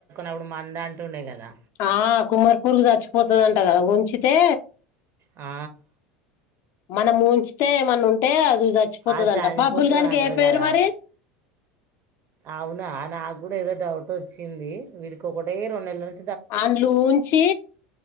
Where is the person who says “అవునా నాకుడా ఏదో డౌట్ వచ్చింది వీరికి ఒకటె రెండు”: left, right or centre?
Right